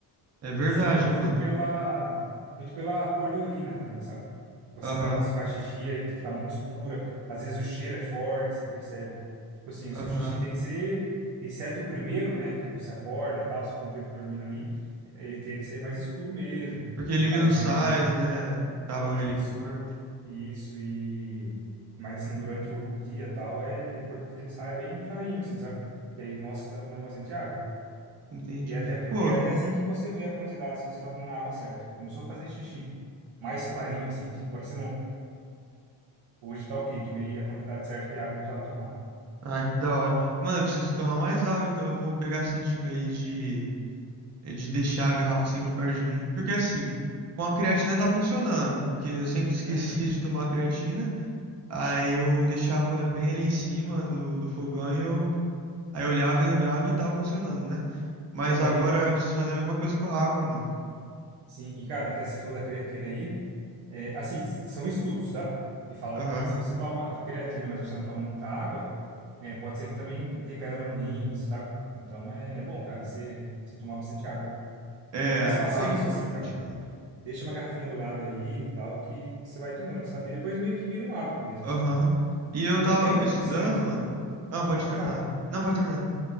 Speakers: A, on the right; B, on the right.
A: É verdade,
B: você vê muito
A: mano.
B: pela, muito pela cor da urina também, sabe? Tipo
A: Aham,
B: assim, sabe quando você faz xixi aí, tipo, tá muito escura. Às vezes o cheiro é forte, você percebe. Tipo assim, o
A: aham.
B: seu xixi tem que ser, exceto o primeiro, né? Que você acorda, tal, você ficou um tempo dormindo ali, ele tende a sair mais escuro mesmo.
A: Porque elimina
B: Mas
A: os sais,
B: é
A: né? Tava
B: isso,
A: ali no corpo.
B: isso e... Mas assim, durante o, o dia, tal, é importante que ele saia bem clarinho, assim, sabe? Que aí mostra que você tá tomando bastante água.
A: Entendi.
B: E é até, po-
A: Pô,
B: é até assim que você vê a quantidade, se você tá tomando a água certa. Começou a fazer xixi mais clarinho, assim, tipo, parecendo, um- hoje tá ok, tomei a quantidade certa de água que precisava tomar.
A: ah, que da hora. Mano, eu preciso tomar mais água, então eu vou pegar essa dica aí de é de deixar a garrafa sempre perto de mim, porque assim, com a creatina tá funcionando, porque eu sempre esquecia
B: Uhum.
A: de tomar a creatina, aí eu deixava bem ali em cima do, do fogão e eu, aí eu olhava e lembrava e tava funcionando, né? Mas
B: É, daí,
A: agora eu preciso fazer a mesma coisa com a água, mano.
B: sim. E, cara, até você falou da creatina aí, é, assim, s- são estudos, tá? Que falam
A: Aham.
B: que se você toma creatina, mas você não toma muita água, é, pode ser que também dê pedra no rim, sabe? Então, é, é bom, cara, você, você tomar bastante água.
A: É,
B: Mas
A: a
B: faça
A: água
B: isso,
A: é importante
B: assim, cara.
A: mesmo.
B: Deixa uma garrafinha do lado aí e tal, que, que você vai tomando, sabe? E depois meio que vira um hábito mesmo,
A: Aham.
B: sabe?
A: E eu tava
B: É até interessante.
A: estudando, mano. Ah, pode
B: Pode
A: terminar.
B: falar.
A: Não, pode terminar.